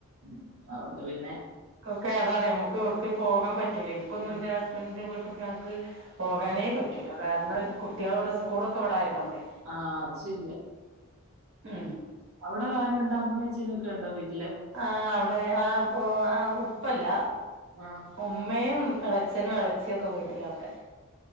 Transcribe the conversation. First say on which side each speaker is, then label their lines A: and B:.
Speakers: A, on the right; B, on the right.
A: ഉ അതൊണ്ട് പിന്നെ
B: ക്കെ അതാണ് നമുക്ക് എവിടുക്ക് പോകാൻ പറ്റൂല എനിക്കൊന്നും
A: ആഹ്
B: എൻ്റെ ഹസ്ബൻഡിന്റെ വീട്ടിൽക്ക് ഞങ്ങക്ക് പോകാനേ
A: ഉം
B: പറ്റൂല കാരണം കുട്ടികൾ അവിടെ സ്കൂളൊക്കെ ഇവിടെ ആയത കൊണ്ടണ്ട്
A: ആഹ അത് ശരിയാ
B: ഉം
A: അവിടെ ആരുണ്ട് അമ്മ അച്ചനും ഒക്കെ ഉണ്ടോ വീട്ടില്
B: ആ അവിടെ ആ ഉപ്പല്ല
A: ആഹ
B: ഉമ്മയും ഇളച്ചനും ഇളച്ചിയൊക്കെ വീട്ടില അവിടെ